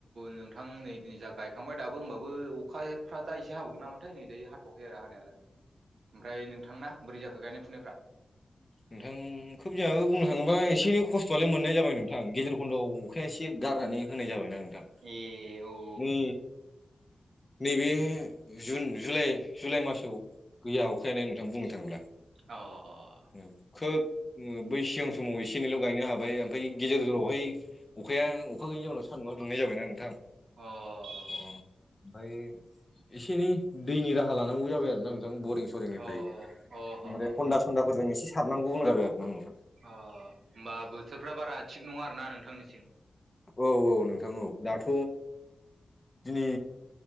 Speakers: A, on the right (about 80°); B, on the left (about 25°).
A: नोंथां नै दिनै जा गायखांबाय दाबो होमबाबो अखाफ्रा दा एसे हाबावगौ नामोनथाय नै दायो थ'आखै आरो हानायालाय। ओमफ्राय नोंथांना बोरै जाखो गायनाय-फुनायफ्रा?
B: नोंथां खोब जोंहाबो बुंनो थाङोबा एसे खस्थ'आलाय मोननाय जाबाय नोंथां। नोंथां गेजेर खन्दआव अखाया एसे गारनानै होनाय जाबायना नोंथां।
A: ए औ
B: नै नैबे जुन जुलाइ जुलाइ मासाव गैया अखायाानो नोंथां बुंनो थाङोब्ला।
A: अह
B: उम खोब बै सिगां समाव एसे एनैल' गायनो हाबाय ओमफ्राय गेजेर जलावहाय अखाया अखा गैयनि जउनाव सान्दुंआ दुंनाय जाबायना नोंथां।
A: अह
B: अ ओमफ्राय एसे एनै दैनि राहा लानांगौ जाबाय आरो ना नोंथां बरिं सरिंनिफ्राय
A: अ
B: ओमफ्राय
A: ह ह ह
B: हन्दा सन्दाफोरजों एसे सारनांगौ अनु आरो जाबाय ना नोंथां।
A: अ होमबा बोथोरफ्रा बारा थिग नङा आरो ना नोंथांनिसिम
B: औ औ नोंथां औ दाथ' दिनै